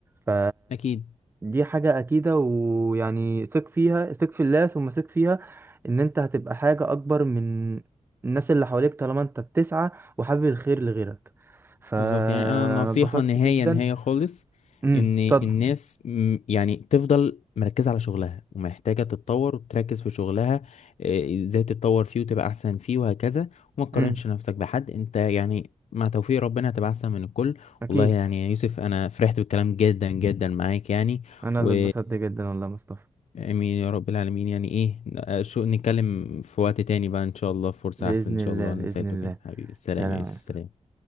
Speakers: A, on the right; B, on the left.
A: ف
B: اكيد
A: دي حاجة أكيدة ويعني ثق فيها ثق في الله ثم ثق فيها إن أنت هتبقى حاجة أكبر من الناس اللي حواليك طالما أنت بتسعى وحابب الخير لغيرك فأنا
B: بالظبط يعني انا نصيحة
A: اتبسطت
B: نهاية
A: جدا
B: نهاية خالص
A: امم
B: ان الناس
A: اتفضل
B: م- يعني تفضل مركزة على شغلها ومحتاجة تتطور وتركز في شغلها إيه، ازاي تتطور فيه وتبقى احسن فيه وهكذا وما تقارنش
A: امم
B: نفسك بحد انت يعني مع توفيق ربنا هتبقى احسن من الكل
A: أكيد
B: والله يعني يا يوسف انا فرحت بالكلام جدا جدا معاك يعني
A: أنا
B: و
A: اللي اتبسطت جدا والله يا مصطفى
B: امين يا رب العالمين يعني ايه ن- شو نتكلم في وقت تاني بقى ان شاء الله فرصة
A: بإذن
B: احسن ان
A: الله
B: شاء الله
A: بإذن
B: انا نسيته
A: الله
B: كده حبيبي السلام
A: سلام
B: يا يوسف
A: يا مصطفى
B: سلام